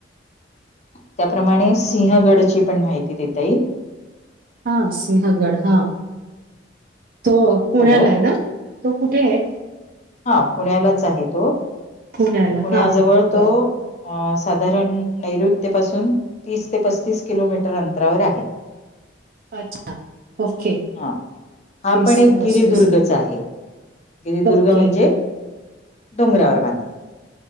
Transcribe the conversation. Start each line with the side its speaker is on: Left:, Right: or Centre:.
Left: <inaudible> त्याप्रमाणे सिंहगडची पण माहिती देता येईल.
Right: हां सिंहगड हां. <inaudible> तो पुण्याला
Left: हॅलो
Right: आहे ना. तो कुठे आहे?
Left: हा पुण्यालाच आहे तो.
Right: पुण्याला
Left: पुण्याजवळ
Right: हा हा
Left: तो
Right: बर
Left: अ साधारण नैऋत्यपासून तीस ते पस्तीस किलोमीटर अंतरावर आहे.
Right: अच्छा. ओके
Left: हां हा
Right: तीस
Left: पण एक
Right: ते पस्तीस
Left: गिरिदुर्गचा आहे, गिरिदुर्ग
Right: ओके
Left: म्हणजे डोंगरावर बांधलेला.